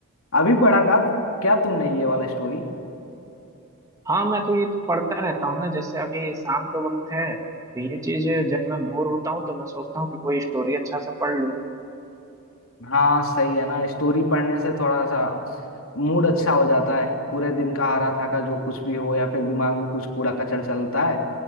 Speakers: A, on the left; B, on the right.
A: अभी पढ़ा का क्या तुमने ये वाला स्टोरी
B: हाँ मैं तो ये तो पढ़ता रहता हूँ ना जैसे अभी शाम का वक्त है तो ये चीज है, जब मैं बोर होता हूँ तो मैं सोचता हूँ कि कोई स्टोरी अच्छा सा पढ़ लूँ
A: हाँ सही है ना स्टोरी पढ़ने से थोड़ा सा मूड अच्छा हो जाता है पूरे दिन का हारा थाका जो कुछ भी हो या फिर दिमाग में कुछ कूड़ा कचड़ चलता है